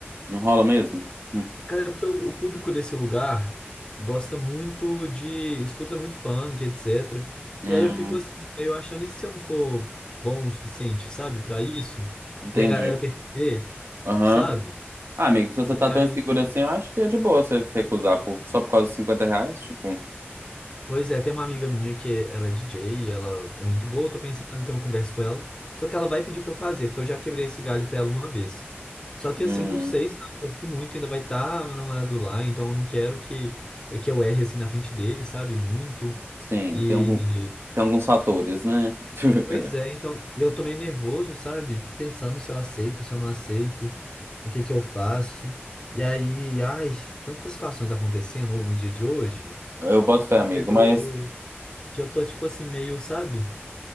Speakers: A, on the right; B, on the left.
A: não rola mesmo? Hum,
B: Cara, é porque o, o público desse lugar gosta muito de, escuta muito funk, etc.
A: hum,
B: E aí eu fico assim, meio achando, e se eu não for bom o suficiente, sabe, pra isso?
A: entendi.
B: E a galera perceber,
A: Aham.
B: sabe?
A: Ah, amigo, se você
B: E
A: tá tão
B: aí
A: inseguro assim, eu acho que é de boa você recusar por, só por causa de cinquenta reais. Tipo,
B: Pois é, tem uma amiga minha que ela é DJ e ela é muito boa, eu tô pensando em ter uma conversa com ela. Só que ela vai pedir pra eu fazer, porque eu já quebrei esse galho pra ela uma vez. Só que
A: hum,
B: assim, não sei, sabe? Eu fico muito, ainda vai estar meu namorado lá, então eu não quero que, é que eu erre assim na frente dele, sabe? Muito.
A: sim,
B: E
A: tem algum, tem alguns fatores, né? <laughs>
B: pois é, então, e eu tô meio nervoso, sabe? Pensando se eu aceito, se eu não aceito, o que que eu faço. E aí, ai, tantas situações acontecendo no dia de hoje
A: Eu boto
B: que
A: fé, amigo,
B: chegou
A: mas.
B: que eu tô, tipo assim, meio, sabe?